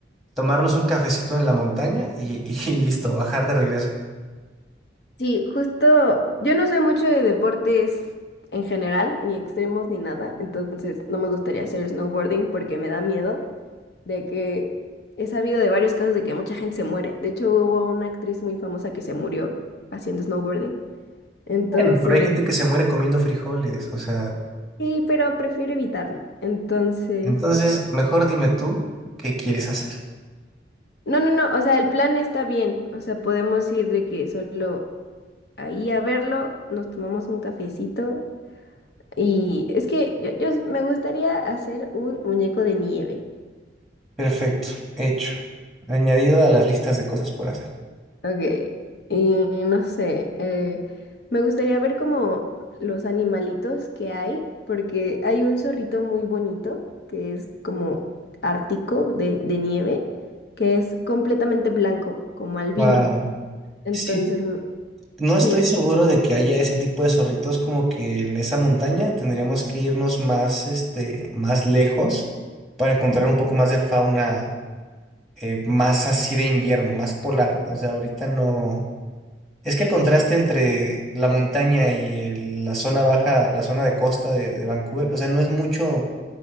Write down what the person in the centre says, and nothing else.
tomarnos un cafecito en la montaña y, y <laughs> listo, bajar de regreso.
Bueno, pero hay gente que se muere comiendo frijoles, o sea,
entonces
mejor dime tú qué quieres hacer.
Perfecto, hecho. Añadido a las listas de cosas por hacer.
Wow.
Sí,
no estoy
seguro de que haya ese tipo de zorritos como que en esa montaña tendríamos que irnos más, este, más lejos para encontrar un poco más de fauna eh, más así de invierno, más polar. O sea, ahorita no. Es que el contraste entre la montaña y el- la zona baja, la zona de costa de, de Vancouver, o sea, no es mucho,